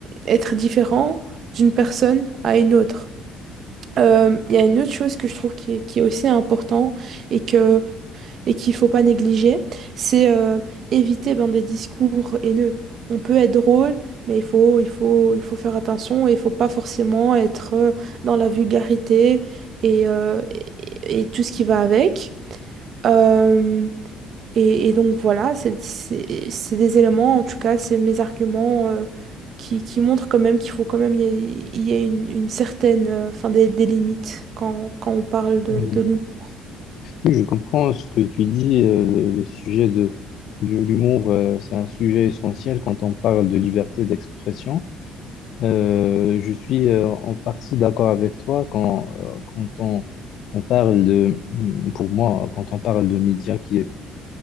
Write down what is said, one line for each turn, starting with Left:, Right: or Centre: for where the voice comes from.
Right: être différent d'une personne à une autre. Euh, Il y a une autre chose que je trouve qui est, qui est aussi important et que et qu'il faut pas négliger, c'est euh, éviter ben, des discours haineux. On peut être drôle, mais il faut, il faut, il faut faire attention et il faut pas forcément être euh, dans la vulgarité et, euh, et, et tout ce qui va avec. Euh, et, et donc voilà, c'est c'est- c'est des éléments, en tout cas, c'est mes arguments euh, qui, qui montrent quand même qu'il faut quand même y ait, y ait une, une certaine, euh, enfin des, des limites quand, quand on parle de,
Left: Oui.
Right: de l'humour.
Left: Oui, je comprends ce que tu dis. euh, le, le sujet de, de l'humour, euh, c'est un sujet essentiel quand on parle de liberté d'expression. Euh, je suis euh, en partie d'accord avec toi quand, euh, quand on, on parle de, pour moi, quand on parle de médias qui,